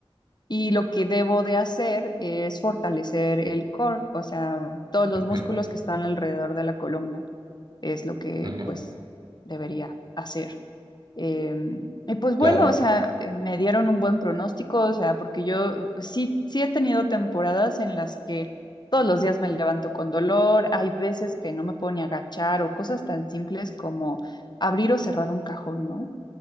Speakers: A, on the left; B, on the right.
A: Y lo que debo de hacer es fortalecer el core, o sea, todos los músculos
B: Ujú,
A: que están alrededor de la columna es lo que
B: ujú,
A: pues debería hacer. Em, y pues
B: claro.
A: bueno, o sea, eh, me dieron un buen pronóstico, o sea, porque yo sí, sí he tenido temporadas en las que todos los días me levanto con dolor, hay veces que no me puedo ni agachar o cosas tan simples como abrir o cerrar un cajón, ¿no?